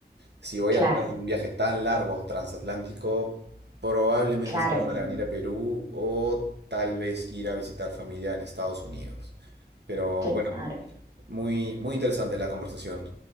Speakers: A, on the right; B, on the right.
A: Si voy
B: Claro,
A: a comer un viaje tan largo transatlántico, probablemente
B: claro,
A: sea para venir a Perú o tal vez ir a visitar familia en Estados Unidos. Pero
B: claro.
A: bueno, muy, muy interesante la conversación.